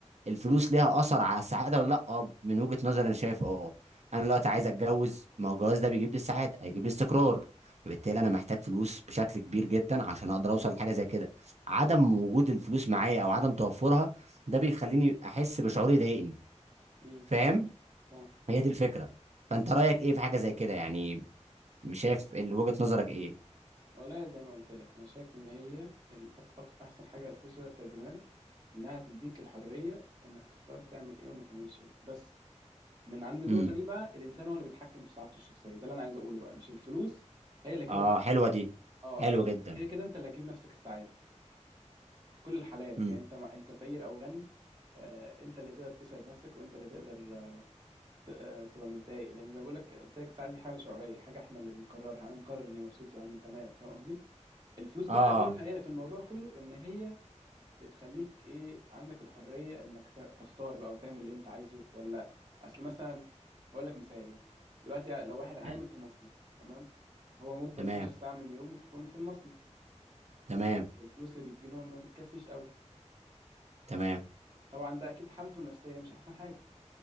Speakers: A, on the right; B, on the right.
A: الفلوس ليها اثر على السعاده ولا لا اه من وجهه نظري انا شايف اه انا دلوقتي عايز اتجوز ما هو الجواز
B: مم.
A: ده بيجيب لي السعاده هيجيب لي استقرار فبالتالي انا محتاج فلوس بشكل كبير جدا عشان اقدر اوصل لحاجه زي كده عدم وجود الفلوس معايا او عدم توفرها ده بيخليني احس بشعور يضايقني
B: مم.
A: فاهم
B: فاهم
A: هي دي الفكره فانت رايك ايه في حاجه زي كده يعني مش شايف ال- وجهه نظرك ايه
B: والله زي ما قلت لك انا شايف ان هي الأك... أك... أك- احسن حاجة الفلوس تقدر تقدمها لك انها تديك الحرية انك تختار تعمل ايه وما تعملش ايه بس من عند النقطة
A: امم
B: دي بقى الانسان هو اللي بيتحكم في سعادته الشخصية ده اللي انا عايز اقوله بقى مش الفلوس هي اللي هتجيب
A: اه
B: لك السعادة
A: حلوه دي
B: اه
A: حلوه
B: ال-
A: جدا
B: كده كده انت اللي هتجيب نفسك السعادة في كل الحالات
A: امم
B: يعني انت ما انت فقير او غني آه، انت اللي تقدر تسعد نفسك وانت اللي تقدر آه، ت- آه، تبقى متضايق لان زي ما بقول لك قلت لك السعاده دي حاله شعوريه حاجه احنا اللي بنقررها انا مقرر اني مبسوط يا عم انت مالك فاهم قصدي الفلوس بقى
A: اه
B: دورها
A: اه
B: هنا في الموضوع كله ان هي بتخليك ايه عندك الحريه انك ت- تختار بقى وتعمل اللي انت عايزه ولا اصل مثلا اقول لك مثال يعني دلوقتي لو واحد عامل
A: حلو.
B: في مصنع تمام هو مجبر
A: تمام
B: 12 ساعه من يومه تكون في المصنع
A: تمام
B: والفلوس اللي بتجيله ما بتكفيش قوي
A: تمام
B: طبعا ده اكيد حالته النفسيه مش احسن حاجه